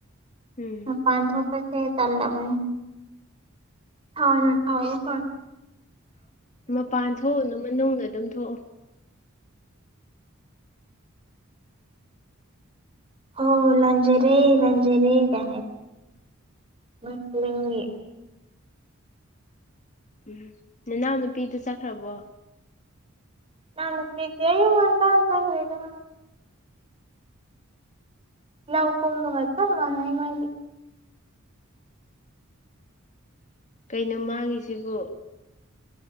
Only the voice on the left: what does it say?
ꯎꯝ
ꯃꯄꯥꯟ ꯊꯣꯛꯎꯅꯨ ꯃꯅꯨꯡꯗ ꯑꯗꯨꯝ ꯊꯣꯛꯑꯣ
ꯎꯝ ꯅꯅꯥꯎ ꯅꯨꯄꯤꯗꯨ ꯆꯠꯈ꯭ꯔꯕꯣ
ꯀꯩꯅꯣ ꯃꯥꯒꯤꯁꯤꯕꯨ